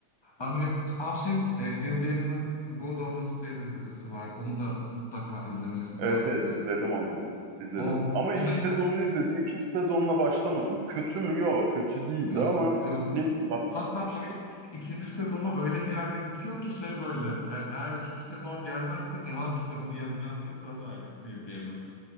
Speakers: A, on the left; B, on the right.
A: Amerika, Aa şey e, Neil Gaiman'ın Good Omens diye bir dizisi var. Onu da mutlaka izlemelisin tavsiye
B: Evet evet
A: ederim.
B: izledim onu. İzledim.
A: O,
B: Ama
A: o
B: ilk
A: da
B: sezonunu
A: yine
B: izledim. İkinci sezonuna başlamadım. Kötü mü? Yok kötü değildi
A: Yok,
B: ama
A: yok.
B: ne bileyim başlamadım
A: Hatta
B: işte.
A: öyle ki ikinci sezonu öyle bir yerde bitiyor ki şey böyle e- eğer üçüncü sezon gelmezse devam kitabını yazacağım diye söz verdi Neil Gaiman.